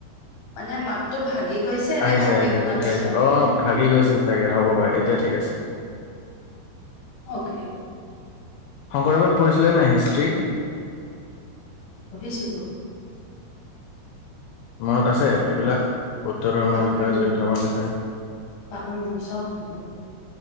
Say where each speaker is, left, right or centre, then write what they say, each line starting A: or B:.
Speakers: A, on the left; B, on the left.
A: মানে মাতটো ভাগি গৈছে নে
B: আহিছে,
A: কমকে
B: আহিছে,
A: শুনা
B: এতিয়া
A: পাইছা?
B: আহিছে অ', ভাগি গৈছিল চাগে হ'ব পাৰে, এতিয়া ঠিক আছে।
A: অ'কে।
B: শংকৰদেৱত পঢ়িছিলে নে নাই হিষ্ট্ৰী।
A: পহিছিলো।
B: মনত আছে এইবিলাক। বৌদ্ধ ধৰ্মৰ
A: পাহৰিলো,
B: বিষয়ে, জৈন ধৰ্মৰ বিষয়ে।
A: পাহৰিলো, চব পাহৰিলো।